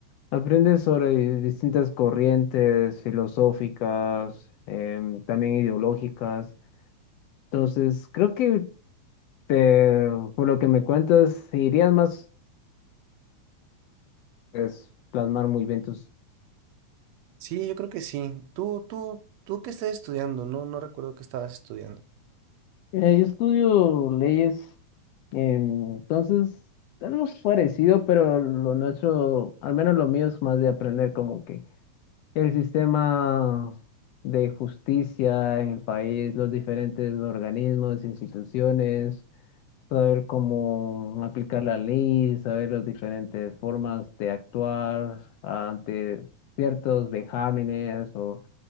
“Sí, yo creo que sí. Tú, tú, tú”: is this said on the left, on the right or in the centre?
Right